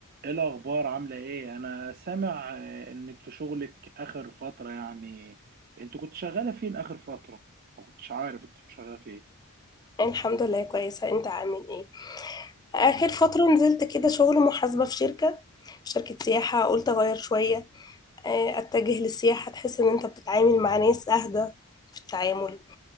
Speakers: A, on the right (about 40°); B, on the left (about 15°).
A: ايه الاخبار عامله ايه انا سامع آه، انك في شغلك اخر فتره يعني انت كنت شغاله فين اخر فتره ما كنتش عارف انت كنت شغاله فين
B: الحمد لله كويسة انت عامل ايه
A: كويس
B: اخر فترة نزلت كده شغل محاسبة في شركة في شركة سياحة قلت اغير شوية آه، اتجه للسياحة تحس ان انت بتتعامل مع ناس اهدى في التعامل